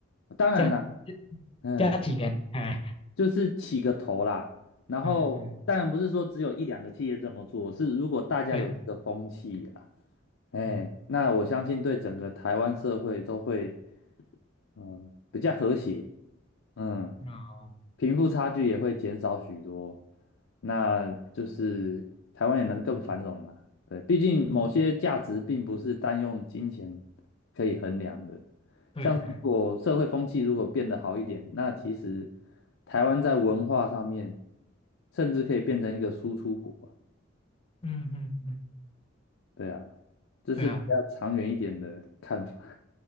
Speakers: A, on the left; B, on the left.
A: 当然啦，
B: 加
A: 嗯，
B: 加几年？哎，
A: 就是起个头啦。然后，
B: 嗯嗯，
A: 当然不是说只有一两个企业这么做，是如果大家有这个风气啊，
B: 对，
A: 哎，
B: 嗯，
A: 那我相信对整个台湾社会都会，嗯，比较和谐，嗯，
B: 哦，
A: 贫富差距也会减少许多，那就是台湾也能更繁荣啊。对，毕竟某些价值并不是单用金钱
B: 嗯，
A: 可以衡量的。
B: 对，
A: 像是如果社会风气如果变得好一点，
B: 哎
A: 那其实台湾在文化上面甚至可以变成一个输出国啊。
B: 嗯嗯嗯。
A: 对啊，这是比较长远一点的看法。
B: 对啊，